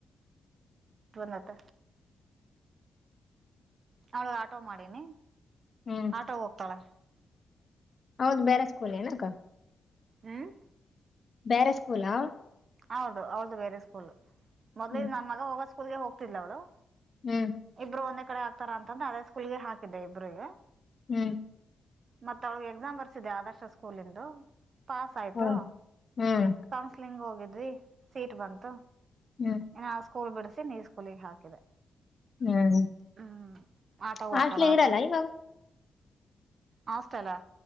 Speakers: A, on the right; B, on the left.
A: ಬಂದ ಆತ ಅವ್ಳ ಆಟೋ ಮಾಡೀನಿ.
B: ಹ್ಮ್
A: ಆಟೋ ಗ್ ಹೋಗ್ತಾಳೆ.
B: ಅವ್ಳದ ಬೇರೆ ಸ್ಕೂಲ್ ಏನಕ್ಕಾ.
A: ಹ್ಮ್-
B: ಬ್ಯಾರೆ ಸ್ಕೂಲಾ?
A: ಹೌದು ಹೌದು ಬೇರೆ ಸ್ಕೂಲ್ ಮೊದಲಿಗೆ
B: ಹ್ಮ್
A: ನನ್ ಮಗ ಹೋಗೊ ಸ್ಕೂಲ್ಗೆ ಹೋಗ್ತಿದ್ಲ ಅವ್ಳು-
B: ಹ್ಮ್-
A: ಇಬ್ರು ಒಂದೇ ಕಡೆ ಆಗ್ತಾರ ಅಂತ ಅದೇ ಸ್ಕೂಲ್ಗೆ ಹಾಕಿದ್ದೆ ಇಬ್ರು ಗೆ.
B: ಹ್ಮ್-
A: ಮತ್ತ ಅವ್ಳಗೆ ಎಕ್ಸಾಮ್ ಬರ್ಸಿದೆ ಆದರ್ಶ ಸ್ಕೂಲಿಂದು- ಪಾಸ್ ಆಯ್ತು
B: ಹ್ಮ್ ಹ್ಮ್-
A: ಕೌನ್ಸ್ಲಿಂಗ್ ಹೋಗಿದ್ವಿ ಸೀಟ್ ಬಂತು.
B: ಹ್ಮ್-
A: ಇ ಆ ಸ್ಕೂಲ್ ಬಿಡಸಿನೀ ಈ ಸ್ಕೂಲಿಗೆ ಹಾಕಿದೆ.
B: ಹ್ಮ್
A: ಹ್ಮ್ ಆಟೋ ಹೋಗ್ತಾಳ
B: ಹಾಸ್ಟ್ಲ್
A: ಆಟೋ
B: ಇರಲ್ಲ
A: ಹೋಗ
B: ಇವಾಗ
A: ಹಾಸ್ಟೆಲಾ?